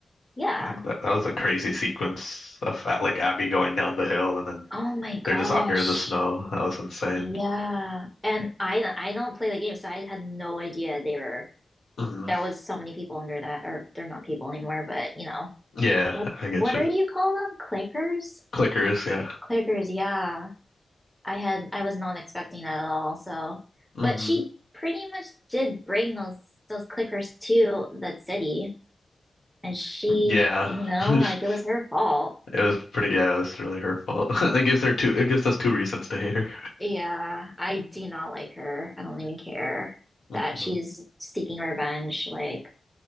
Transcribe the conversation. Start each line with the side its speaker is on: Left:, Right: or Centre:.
Centre: yeah.
Left: Like that, that was a crazy sequence of uh, like Abby going down the hill and then
Centre: Oh my gosh,
Left: they're just under the snow. That was insane.
Centre: yeah. And I don't- I don't play the game, so I had no idea they were
Left: hmm
Centre: there was so many people under that, or they're not people anymore. But you know
Left: Yeah,
Centre: what
Left: I get
Centre: what
Left: you.
Centre: are you call them? Clickers,
Left: Clickers, yeah.
Centre: clickers. Yeah. I had I was not expecting that at all. So,
Left: hmm
Centre: but she pretty much did bring those those clickers to that city, and she,
Left: Yeah.
Centre: you know,
Left: <laughs>
Centre: like it was her fault.
Left: It was pretty, yeah, it was really her fault. <laughs> It gives her two, it gives us two reasons to hate her.
Centre: Yeah, I do not like her. I don't even care
Left: hmm
Centre: that she's seeking revenge. Like,